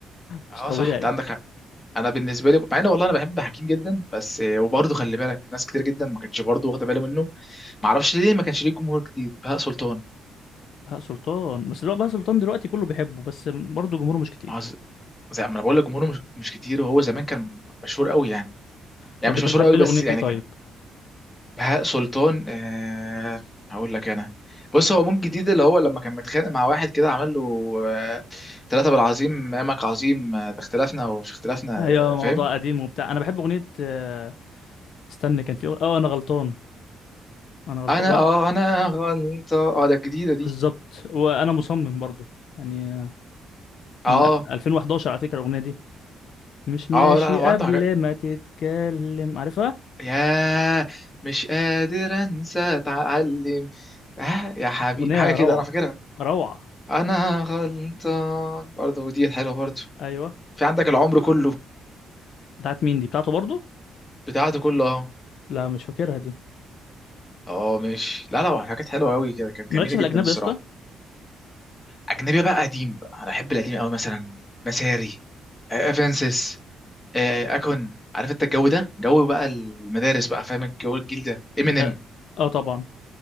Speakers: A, on the left; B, on the left.
A: مش
B: اه
A: طبيعي
B: صح انت عندك حق انا بالنسبه لي مع ان والله انا بحب حكيم جدا بس وبرضه خلي بالك ناس كتير جدا ما كانتش برضه واخده باله منه ما اعرفش ليه ما كانش ليه جمهور جديد بهاء سلطان
A: بهاء سلطان بس دلوقتي بهاء سلطان دلوقتي كله بيحبه بس برضه جمهوره مش كتير
B: ما هو ز- زي ما انا بقول لك جمهوره مش مش كتير وهو زمان كان مشهور قوي يعني يعني
A: طب
B: مش
A: انت
B: مشهور
A: بتحب
B: قوي
A: ايه
B: بس
A: اغنيتي
B: يعني
A: طيب
B: بهاء سلطان آه هقول لك انا بص هو مون جديد اللي هو لما كان متخانق مع واحد كده عمل له آه ثلاثة بالعظيم امك عظيم آه، ده اختلافنا ومش اختلافنا
A: ايوه
B: آه فاهم
A: موضوع قديم وبتاع انا بحب اغنيه آه، استنى كان في أغ- اه انا غلطان انا غلطان
B: انا
A: و...
B: اه انا غلطة اه ده الجديدة دي
A: بالظبط وانا مصمم برضو يعني آه،
B: اه
A: من ال- 2011 على فكره الاغنيه دي مش ماشي
B: اه لا لا، هو
A: قبل
B: عنده حاجات
A: ما تتكلم عارفها
B: يا مش قادر انسى اتعلم آه يا حبيبي
A: اغنيه
B: حاجة كده
A: روعه
B: انا فاكرها
A: روعه
B: انا غلطان برضه ودي حلوة برضه
A: ايوه
B: في عندك العمر كله
A: بتاعت مين دي بتاعته برضو
B: بتاعته كله اه
A: لا مش فاكرها دي
B: اه ماشي لا لا حاجات حلوه قوي كده كانت
A: مالكش
B: جميله
A: في
B: جدا
A: الاجنبي
B: الصراحه
A: يا اسطى
B: اجنبي بقى قديم بقى انا بحب القديم قوي مثلا مساري آه، افنسس آه، آه، اكون عارف انت الجو ده جو بقى المدارس بقى فاهم الجو الجيل ده امينيم
A: ده اه طبعا